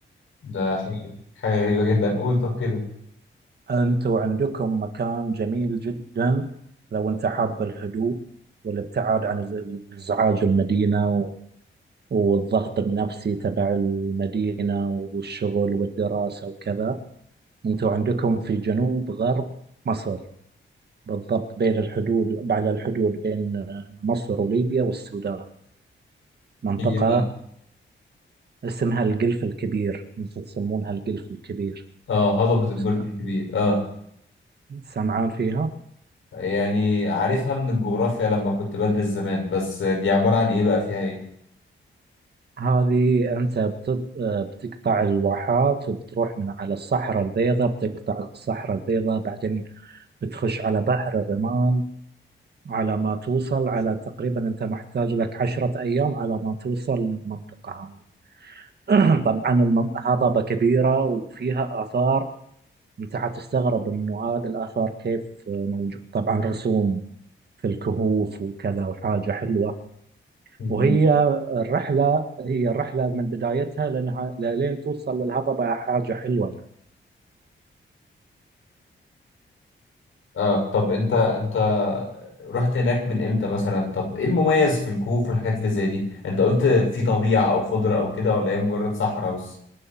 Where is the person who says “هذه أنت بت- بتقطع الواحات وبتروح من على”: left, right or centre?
Right